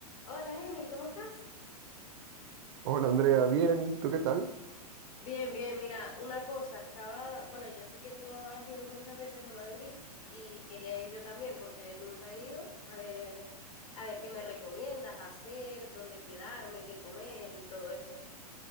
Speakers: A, on the left; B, on the right.
A: Hola Emil, ¿cómo estás?
B: Hola Andrea, bien, ¿tú qué tal?
A: Bien, bien, mira, una cosa, estaba, bueno, yo sé que tú has ido muchas veces a Madrid y quería ir yo también porque nunca he ido, a ver, a ver qué me recomiendas hacer, dónde quedarme, qué comer y todo eso.